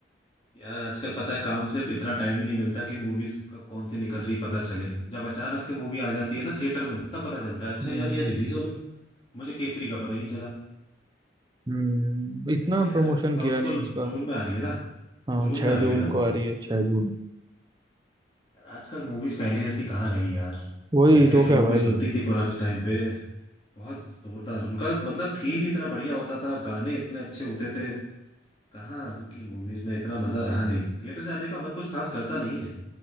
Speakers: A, on the left; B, on the right.
A: यार आजकल पता है काम से इतना टाइम ही नहीं मिलता कि मूवीज कब कौन सी निकल रही पता चले जब अचानक से मूवी आ जाती है ना थिएटर में तब पता चलता है अच्छा
B: हम्म
A: यार ये रिलीज हो गई मुझे केसरी का पता ही नहीं चला
B: हम्म इतना
A: सही है यार
B: प्रमोशन
A: ये तो हाउसफुल
B: किया नहीं उसका
A: जून में आ रही है ना
B: हाँ
A: जून
B: छह
A: में आ
B: जून
A: रही है ना वो
B: को आ रही है छह जून
A: यार आजकल मूवीज पहले जैसी कहाँ रही यार
B: वही
A: पहले
B: तो
A: जो
B: क्या
A: मूवीज
B: भाई
A: बनती थी पुराने टाइम पे बहुत जोरदार उनका मतलब थीम ही इतना बढ़िया होता था गाने इतने अच्छे होते थे कहाँ अब की मूवीज में इतना मजा रहा नहीं थिएटर जाने का मन कुछ खास करता नहीं है